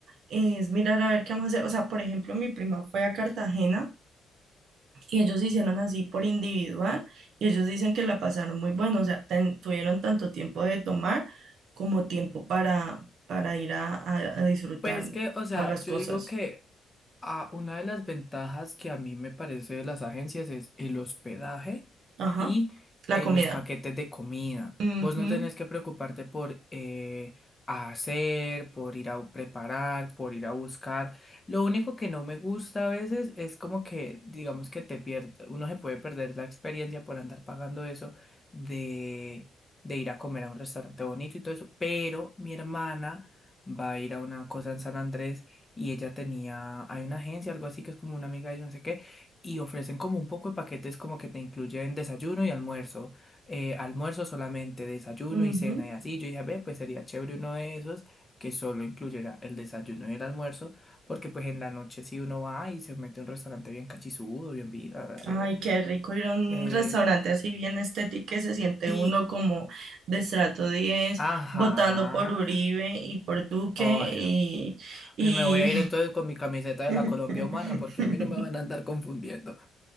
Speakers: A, on the right; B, on the left.
A: es mirar a ver qué vamos a hacer. O sea, por ejemplo, mi prima fue a Cartagena y ellos hicieron así por individual y ellos dicen que la pasaron muy bueno, o sea, ten- tuvieron tanto tiempo de tomar como tiempo para, para ir a, a a disfrutar
B: Pues que, o sea,
A: todas las
B: yo
A: cosas.
B: digo que. Ah, una de las ventajas que a mí me parece de las agencias es el hospedaje
A: Ajá,
B: y
A: la
B: eh,
A: comida.
B: los paquetes de comida.
A: Ujú,
B: Vos no tenés que preocuparte por eh, hacer, por ir a preparar, por ir a buscar. Lo único que no me gusta a veces es como que, digamos que te pierde, uno se puede perder la experiencia por andar pagando eso de, de ir a comer a un restaurante bonito y todo eso. Pero mi hermana va a ir a una cosa en San Andrés y ella tenía, hay una agencia, algo así que es como una amiga de ella, no sé qué, y ofrecen como un poco de paquetes como que te incluyen desayuno y almuerzo, eh, almuerzo solamente, desayuno
A: ujú.
B: y cena y así. Yo dije, ve, pues sería chévere uno de esos que solo incluyera el desayuno y el almuerzo, porque pues en la noche si uno va y se mete a un restaurante bien cachizudo, bien vida, bla, bla,
A: Ay,
B: bla,
A: qué rico ir a un
B: eh,
A: restaurante así bien estético que se siente
B: y,
A: uno como de estrato diez
B: ajá,
A: votando por Uribe y por Duque
B: ay,
A: y,
B: no.
A: y...
B: Y Me voy a ir entonces con mi camiseta de
A: <laughs>
B: la Colombia humana porque a mí no me van a andar confundiendo.